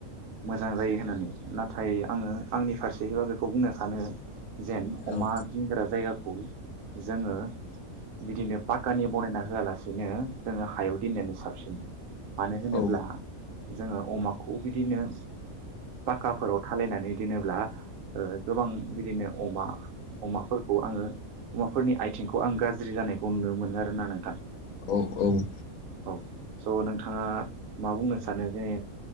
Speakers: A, on the right (about 70°); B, on the left (about 80°).
A: मोजां जायो होननानै नाथाय आंङो आंनि फारसेहैबा बेखौ बुंनो सानो जेन
B: औ
A: अमा दिनग्रा जायगाखौ जोंङो बिदिनो पाकानि बनायना होआलासिनो जोंङो हायाव दिननायानो साबसिन। मानो होनोब्ला
B: औ
A: जोंङो अमाखौ बिदिनो पाखाफोराव थालायनानै दिनोब्ला ओ गोबां बिदिनो अमा अमा फोरखौ आङो अमाफोरनि आइथिंखौ आं गाज्रि जानायखौ नुनो मोनो आरोना नोंथां।
B: औ औ।
A: औ स' नोंथाङा मा बुंनो सानो जेने